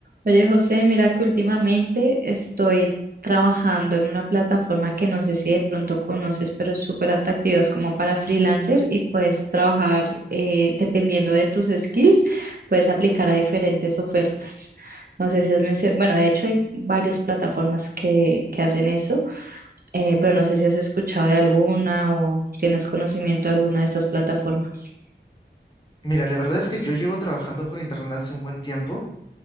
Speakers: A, on the right; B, on the left.
A: Oye, José, mira que últimamente estoy trabajando en una plataforma que no sé si de pronto conoces, pero es súper atractiva, es como para freelancer y puedes trabajar eh, dependiendo de tus skills, puedes aplicar a diferentes ofertas. No sé si has mencionado, bueno, de hecho hay varias plataformas que, que hacen eso, eh, pero no sé si has escuchado de alguna o tienes conocimiento de alguna de estas plataformas.
B: Mira, la verdad es que yo llevo trabajando por internet hace un buen tiempo